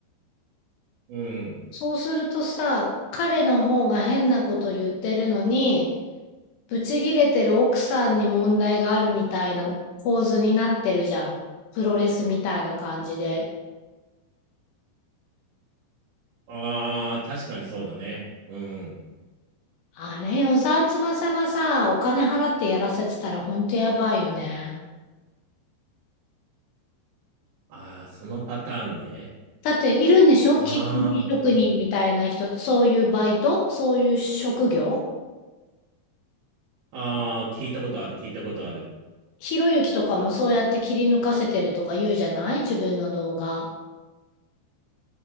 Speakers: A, on the right; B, on the left.
A: うん。
B: そうするとさ、彼の方が変なこと言ってるのに、ブチギレてる奥さんに問題があるみたいな構図になってるじゃん。プロレスみたいな感じで。
A: ああ、確かにそうだね。うん。
B: あれ、与沢翼がさ、お金払ってやらせてたらほんとやばいよね。
A: ああ、そのパターンね。
B: だっているんでしょ切り抜き職人みたいな人、
A: あー
B: そういうバイトそういう職業
A: あー、聞いたことある、聞いたことある。
B: ひろゆきとかもそうやって切り抜かせてるとか言うじゃない自分の動画。